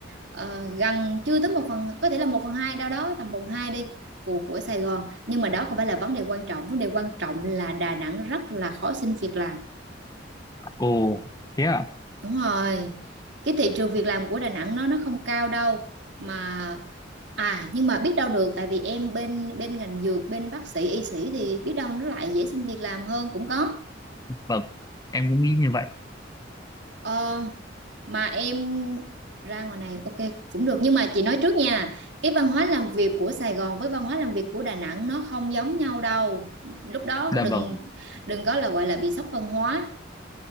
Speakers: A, on the right; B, on the left.
A: ờ, gần chưa tới một phần có thể là một phần hai đâu đó tầm một phần hai đi của của Sài Gòn nhưng mà đó không phải là vấn đề quan trọng vấn đề quan trọng là Đà Nẵng rất là khó xin việc làm
B: ồ thế à
A: Đúng rồi, cái thị trường việc làm của Đà Nẵng nó nó không cao đâu mà à nhưng mà biết đâu được tại vì em bên bên ngành dược bên bác sĩ y sĩ thì biết đâu nó lại dễ xin việc làm hơn cũng có
B: vâng, em cũng nghĩ như vậy
A: ờ, mà em ra ngoài này ok cũng được nhưng mà chị nói trước nha cái văn hóa làm việc của Sài Gòn với văn hóa làm việc của Đà Nẵng nó không giống nhau đâu lúc đó
B: dạ
A: đừng
B: vâng,
A: đừng có là gọi là bị sốc văn hóa